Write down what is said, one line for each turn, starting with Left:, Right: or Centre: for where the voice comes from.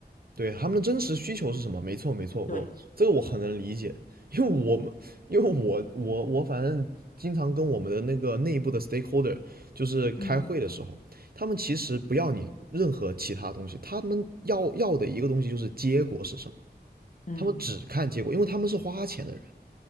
Right: 对，他们的真实需求是什么？没错，没错，我这个我很能理解，
Left: 对，
Right: 因为我们，因为我我我反正经常跟我们的那个内部的 stakeholder 就是开会的时候，
Left: 嗯
Right: 他们其实不要你任何其他东西，他们要要的一个东西就是结果是什么，
Left: 嗯。
Right: 他们只看结果，因为他们是花钱的人。